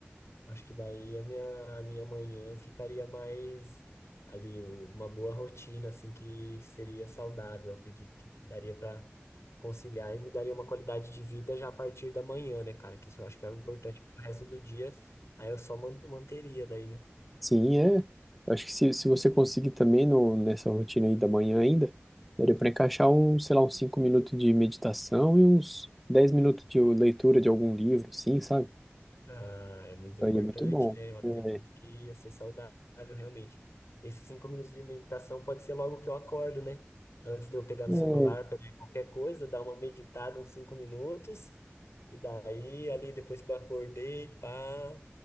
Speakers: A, on the left; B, in the centre.
A: Acho que daí a minha, a minha manhã ficaria mais ali, uma boa rotina, assim, que seria saudável. Eu acredito que daria para conciliar e me daria uma qualidade de vida já a partir da manhã, né, cara? Que isso eu acho que é importante, porque o resto do dia aí eu só man- manteria daí, né?
B: Sim, é. Acho que se, se você conseguir também no, nessa rotina aí da manhã ainda, daria para encaixar um, sei lá, uns 5 minutos de meditação e uns 10 minutos de leitura de algum livro, assim, sabe?
A: Ah, é muito importante,
B: Aí é muito bom.
A: né? Eu acredito
B: É,
A: que ia ser saudável, realmente. Esses cinco minutos de meditação pode ser logo que eu acordo, né? Antes de eu pegar no
B: é,
A: celular, pegar em qualquer coisa, dar uma meditada uns cinco minutos. E daí, ali, depois que eu acordei, pá,